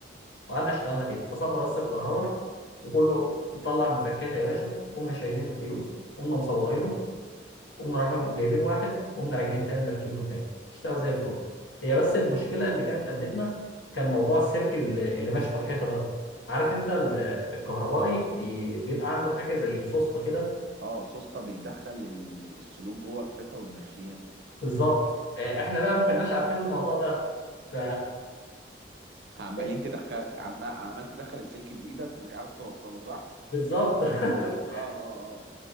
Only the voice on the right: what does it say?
اه سوسته بيدخل ال- السلوك جوه الحيطه ويمشيها
عمالين
تدخل عم... عمال تدخل السلك بايدك ومش عارف توصله صح
اه اه اه